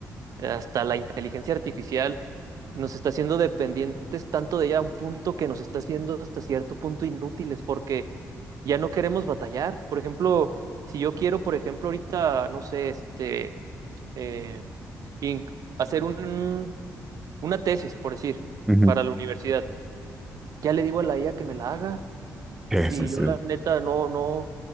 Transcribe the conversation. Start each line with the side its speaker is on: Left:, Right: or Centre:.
Right: hasta la inteligencia artificial, nos está haciendo dependientes tanto de ella a un punto que nos está haciendo hasta cierto punto inútiles porque ya no queremos batallar? Por ejemplo, si yo quiero, por ejemplo, ahorita, no sé, este, eh, in- hacer un- una tesis, por decir,
Centre: Ujú.
Right: para la universidad, ya le digo a la IA que me la haga.
Centre: Sí,
Right: Y
Centre: sí, sí.
Right: yo la neta no, no,